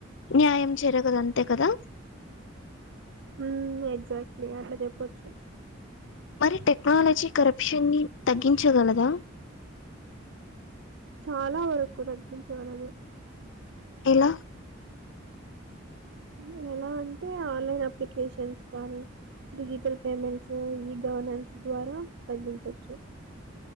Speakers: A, on the left (about 65°); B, on the right (about 65°).
A: న్యాయం జరగదు అంతే కదా
B: ఊ ఎగ్జాక్ట్లీ అట్లా చెప్పొచ్చు
A: మరి టెక్నాలజీ కరప్షన్ని తగ్గించగలదా
B: చాలా వరకు తగ్గించగలదు
A: ఎలా
B: ఊ ఎలా అంటే ఆన్లైన్ అప్లికేషన్స్ కానీ డిజిటల్ పేమెంట్స్ ఈ గవర్నెన్స్ ద్వారా తగ్గించవచ్చు